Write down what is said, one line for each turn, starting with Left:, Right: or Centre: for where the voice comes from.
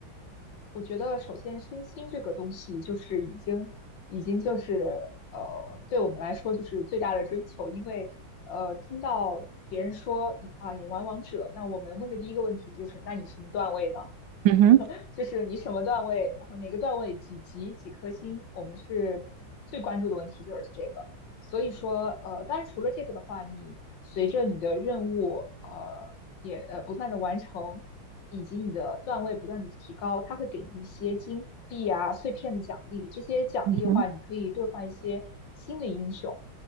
Left: 我觉得首先身心这个东西就是已经已经就是呃，对我们来说就是最大的追求，因为呃，听到别人说你啊你玩王者，那我们问的第一个问题就是，那你什么段位呢？<laughs>
Right: 嗯哼。
Left: 就是你什么段位，然后哪个段位几级几颗星，我们是最关注的问题就是这个。所以说，呃，当然除了这个的话，你随着你的任务，呃，也呃不断的完成，以及你的段位不断的提高，它会给你一些金币啊、碎片的奖励。这些奖励的话，
Right: 嗯哼
Left: 你可以兑换一些新的英雄，